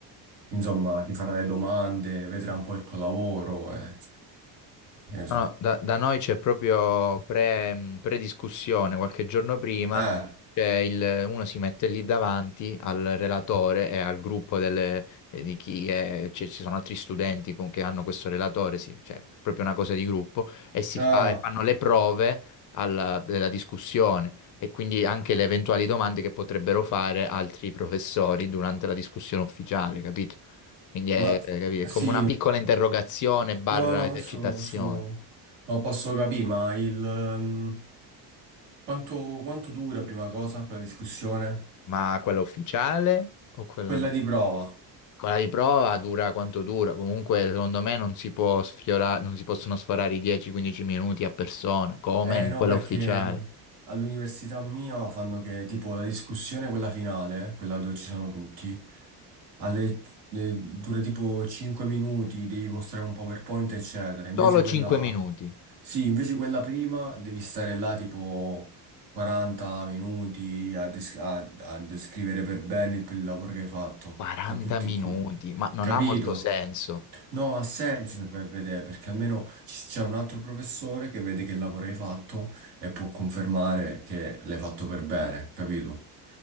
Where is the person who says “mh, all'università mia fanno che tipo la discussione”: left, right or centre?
Right